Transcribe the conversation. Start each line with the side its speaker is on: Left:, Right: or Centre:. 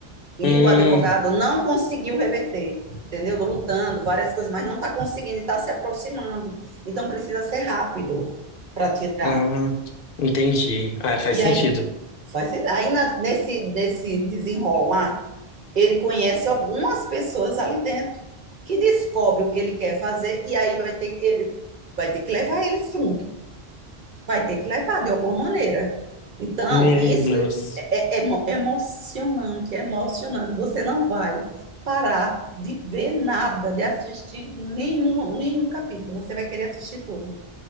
Right: e
Left: Hum,
Right: o advogado não conseguiu reverter, entendeu? Lutando várias coisas, mas não está conseguindo, está se aproximando, então precisa ser rápido para tirar.
Left: ah, entendi. Ah, faz
Right: E
Left: sentido.
Right: aí, faz, aí na- nesse nesse desenrolar ele conhece algumas pessoas ali dentro que descobre o que ele quer fazer e aí vai ter que, vai ter que levar eles junto, vai ter que levar de alguma maneira. Então,
Left: Meu
Right: isso
Left: Deus.
Right: é, é emo- emocionante, é emocionante. Você não vai parar de ver nada, de assistir nenhum, nenhum capítulo. Você vai querer assistir tudo.